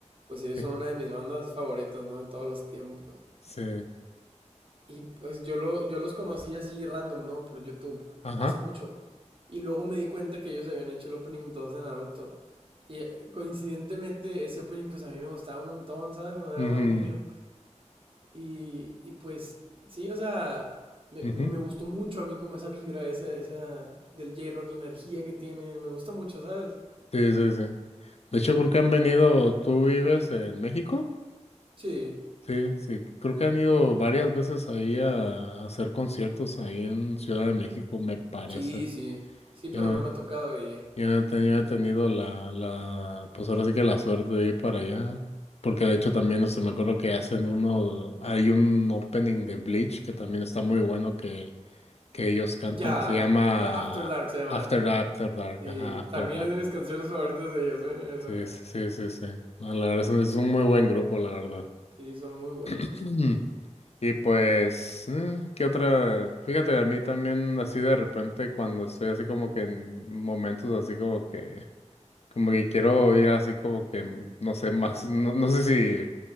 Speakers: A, on the right (about 45°); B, on the left (about 60°).
A: Pues ellos
B: Sí.
A: son una de mis bandas favoritas, ¿no? De todos los tiempos.
B: sí.
A: Y pues yo, lo, yo los conocí así random, ¿no? Por YouTube,
B: Ajá.
A: hace mucho. Y luego me di cuenta que ellos habían hecho el opening 2 de Naruto. Y eh, coincidentemente ese opening pues a mí me gustaba un montón, ¿sabes? Cuando era
B: Ujú,
A: más niño. Y, y pues sí, o sea, me,
B: ujú.
A: me, me gustó mucho a mí como esa vibra, esa, esa del J-Rock, la energía que tiene, me gusta mucho, ¿sabes?
B: Sí, sí, sí. De hecho, creo que han venido, ¿tú vives en México?
A: Sí,
B: Sí, sí, creo que han ido varias veces ahí a, a hacer conciertos ahí en Ciudad de México, me parece.
A: sí, sí, sí, pero
B: Yo no,
A: no me ha tocado ir.
B: yo no he tenido, no he tenido la, la, pues ahora sí que la suerte de ir para allá, porque de hecho también, este, me acuerdo que hacen uno, hay un opening de Bleach que también está muy bueno que, que ellos cantan,
A: Ya,
B: que se llama
A: eh, After Dark se llama.
B: After Dark, After Dark,
A: Sí,
B: ajá, After
A: también
B: Dark.
A: es de mis canciones favoritas de ellos, ¿eh?
B: Sí,
A: Eso.
B: sí, sí, sí, sí. No, la verdad es un, es un muy buen grupo, la verdad.
A: Sí, son muy buenos.
B: <clears throat> Y pues, mm, ¿qué otra? Fíjate, a mí también así de repente cuando estoy así como que en momentos así como que, como que quiero ir así como que, mm, no sé, más, no, no sé si,